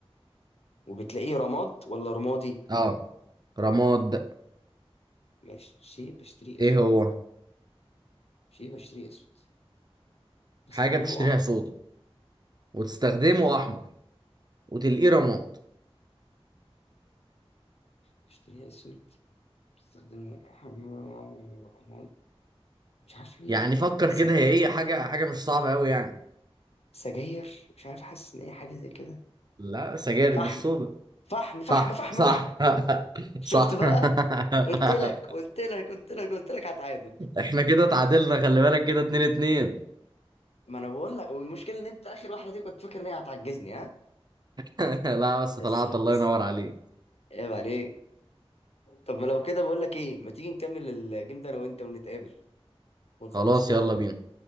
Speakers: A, on the left (about 75°); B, on the right (about 40°).
A: وبتلاقيه رماد ولا رمادي
B: اه رماد ده
A: ماشي بشتريه اسود
B: ايه هو
A: شيء بشتريه اسود بستعمله
B: حاجة بتشتريها
A: احمر
B: سودا وتستخدمه
A: ماشي
B: احمر وتلاقيه رماد
A: بشتريه اسود بستخدمه احمر رماد مش عارف ايه
B: يعني فكر
A: س...
B: كده هي ايه حاجة حاجة مش صعبة قوي يعني
A: سجاير مش عارف حاسس ان هي حاجه زي كده
B: لا سجاير
A: فحم
B: مش سودا
A: فحم فحم
B: صح
A: فحم
B: صح
A: فحم شفت
B: صح
A: بقى
B: <laughs>
A: قلت لك قلت لك قلت لك قلت لك هتعادل
B: احنا كده اتعادلنا خلي بالك كده اتنين اتنين
A: ما انا بقول لك والمشكله ان انت اخر واحده دي كنت فاكر ان هي هتعجزني ها
B: <laughs> لا بس
A: بس
B: طلعت
A: بس
B: الله ينور عليك
A: عيب عليك طب ما لو كده بقول لك ايه ما تيجي نكمل الجيم ده انا وانت ونتقابل ونخلص
B: خلاص
A: سوا
B: يلا بينا